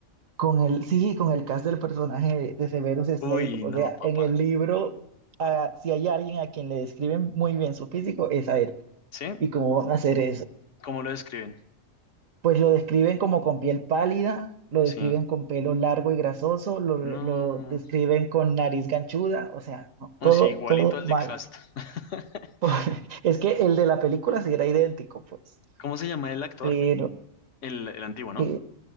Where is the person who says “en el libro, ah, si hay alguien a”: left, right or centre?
Right